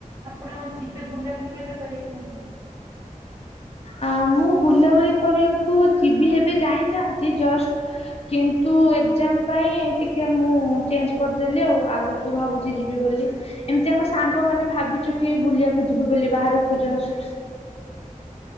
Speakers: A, on the right; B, on the left.
A: ଆପଣ ଯିବେ ବୁଲାବୁଲି କେବେ କରିବା ପାଇଁ?
B: ଆ ମୁଁ ବୁଲାବୁଲି କରିବାକୁ ଯିବି ଏବେ ଯାଇଥାନ୍ତି ଜଷ୍ଟ କିନ୍ତୁ ଏକ୍ଜାମ। ପାଇଁ ଟିକେ ମୁଁ ଚେଞ୍ଜ କରିଦେଲି ଆଉ ଆଗକୁ ଭାବୁଛି ଯିବି ବୋଲି। ଏମିତି ଆମ ସାଙ୍ଗମାନେ ଭାବିଛୁ କି ବୁଲିବାକୁ ଯିବୁ ବୋଲି ବାହାରକୁ ଜଷ୍ଟ